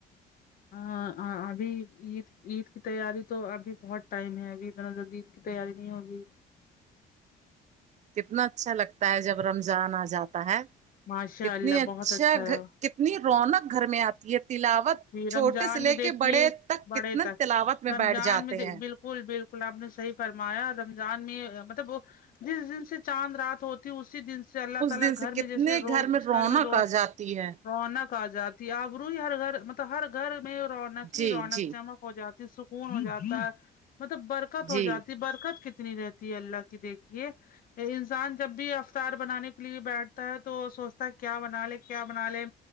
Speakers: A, on the left; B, on the right.
A: ہاں ابھی عید عید کی تیاری تو ابھی بہت ٹائم ہے ابھی اتنا جلدی تیاری نہیں ہوگی
B: کتنا اچھا لگتا ہے جب رمضان آ جاتا ہے
A: ماشاء
B: کتنی
A: اللہ
B: اچھا
A: بہت رہا
B: کتنی رونق گھر میں آتی ہے تلاوت
A: جی
B: چھوٹے
A: رمضان
B: سے لے
A: میں دیکھیے
B: کے بڑے تک
A: بڑے
B: کتنے
A: تک
B: تلاوت میں
A: رمضان
B: بیٹھ جاتے
A: میں دیهد
B: ہیں
A: بالکل کل بالکل آپ نے صحیح فرمایا رمضان میں مطلب وہ جس دن سے چاند رات ہوتی اسی دن اس اللہ تعالی
B: دن سے
A: گھر میں
B: کتنے
A: جیسے روز اس
B: رونق
A: گھر میں روز
B: آ جاتی ہے
A: رونق آ جاتی ہے اب روئی ہر گھر مطلب ہر گھر میں رونق
B: جی
A: ہی رونق
B: جی
A: چمک ہو جاتی سکون ہو جاتا ہے مطلب برکت ہو
B: جی
A: جاتی برکت کتنی رہتی تی اللہ کی دیکھیے انسان جب بھی افطار بنانے کے لیے بیٹھتا ہے تو سوچتا ہے کیا بنا لے کیا بنا لے